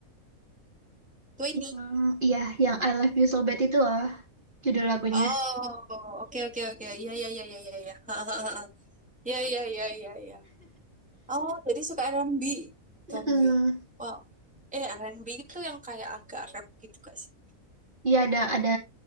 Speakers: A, in the centre; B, on the right.
A: Twenty
B: Yang, iya, yang I Love You So Bad itu loh, judul lagunya.
A: oh oke oke oke iya iya iya iya iya <laughs> iya iya iya iya iya Oh, jadi suka R&B
B: Mm-mm.
A: kamu ya? Wow. Eh, R&B itu yang kayak agak rap gitu gak sih?
B: Iya ada ada